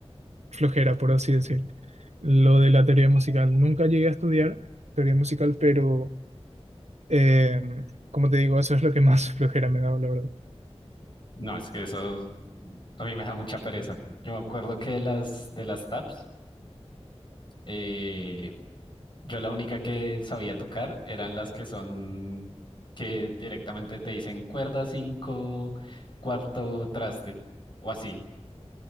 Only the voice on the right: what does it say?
flojera, por así decir. Lo de la teoría musical. Nunca llegué a estudiar teoría musical, pero... Eh, como te digo, eso es lo que más <laughs> flojera me da, la verdad.